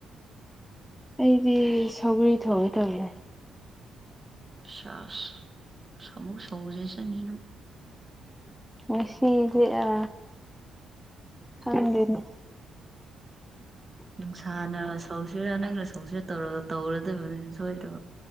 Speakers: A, in the centre; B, on the right.
A: ꯑꯩꯗꯤ ꯁꯧꯒꯔꯤ ꯊꯣꯡꯉ ꯇꯧꯅꯦ
B: ꯄꯁꯁ ꯑꯃꯨꯛ ꯁꯧꯖꯦꯁꯅꯤꯅ
A: ꯉ ꯁꯤꯁꯦ ꯑ ꯈꯪꯗꯣꯏꯅꯦ
B: ꯅꯨꯡꯁꯥꯅ ꯁꯧꯁꯤꯔꯥ ꯅꯪꯅ ꯁꯧꯁꯤꯔꯥ ꯇꯧꯔ ꯇꯧꯔꯗꯕꯅꯤ ꯁꯣꯏꯗꯕ